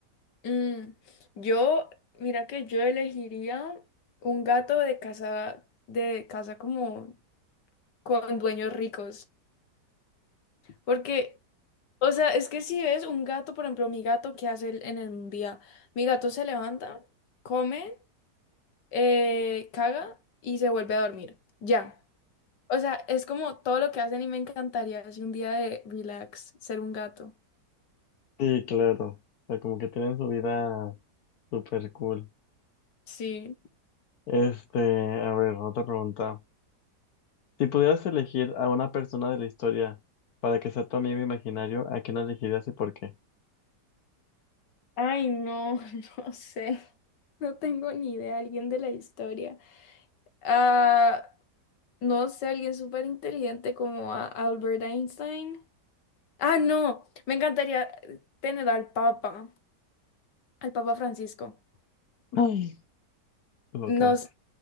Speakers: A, on the left (about 80°); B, on the left (about 65°).
A: Mm, yo, mira que yo elegiría un gato de casa, de casa como con dueños ricos. Porque, o sea, es que si ves un gato, por ejemplo, mi gato, ¿qué hace él en el día? Mi gato se levanta, come. eh, caga y se vuelve a dormir. Ya. O sea, es como todo lo que hacen y me encantaría así un día de relax, ser un gato.
B: Sí, claro. O sea, como que tienen su vida súper cool.
A: Sí.
B: Este, a ver, otra pregunta. Si pudieras elegir a una persona de la historia para que sea tu amigo imaginario, ¿a quién elegirías y por qué?
A: Ay, no, <laughs> no sé. No tengo ni idea, alguien de la historia. Ah, no sé, alguien súper inteligente como a Albert Einstein. Ah, no, me encantaría tener al Papa, al Papa Francisco.
B: Ay. Loca.
A: No, sé,